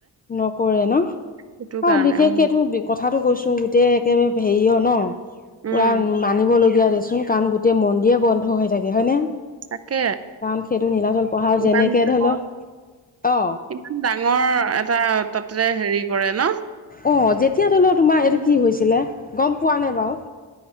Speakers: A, on the left; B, on the right.
A: নকৰে ন?।
B: সেইটো
A: অ',
B: কাৰণে
A: বিশেষকটো
B: উম
A: কথাটো কৈছো গোটেই একেবাৰে হেৰিয় ন,
B: উম
A: পুৰা মানিবলগীয়া দে কাৰণ গোটেই মন্দিয়ে বন্ধ হৈ থাকে হয়নে?।
B: তাকে,
A: কাৰণ সেইটো নীলাচল পাহাৰ যেনেকে
B: ইমান ডাঙৰ।
A: ধৰি লও অ
B: ইমান ডাঙৰ এটা তাতে হেৰি কৰে ন
A: অ', যেতিয়া ধৰিলও তোমাৰ এইটো
B: মানে
A: কি হৈছিলে?। গম পোৱানে বাৰু?।